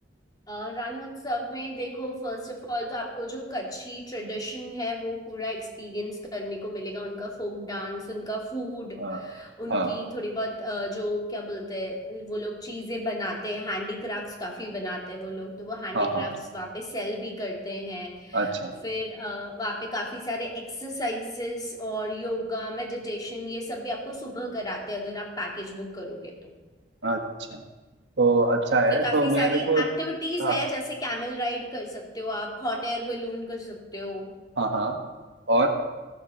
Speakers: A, on the left; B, on the right.
A: अ, रण उत्सव में देखो फर्स्ट ऑफ ऑल तो आपको जो कच्छी ट्रेडिशन है वो पूरा एक्सपीरियंस करने को मिलेगा उनका फोक डांस उनका फूड
B: हाँ
A: उनकी
B: हाँ
A: थोड़ी बहुत अ, जो क्या बोलते हैं वो लोग चीजें बनाते हैं हैंडीक्राफ्ट्स काफी बनाते हैं वो लोग तो वो हैंडीक्राफ्ट्स
B: हाँ हाँ
A: वहाँ पे सेल भी करते हैं
B: अच्छा
A: तो फिर अ, वहाँ पे काफी सारे एक्सरसाइजेस और योगा मेडिटेशन ये सब भी आपको सुबह कराते हैं अगर आप पैकेज बुक करोगे तो
B: अच्छा तो अच्छा है
A: फिर काफी
B: तो मेरे
A: सारी
B: को
A: एक्टिविटीज
B: हाँ
A: है जैसे कैमल राइड कर सकते हो आप हॉट एयर बलून कर सकते हो
B: हाँ हाँ और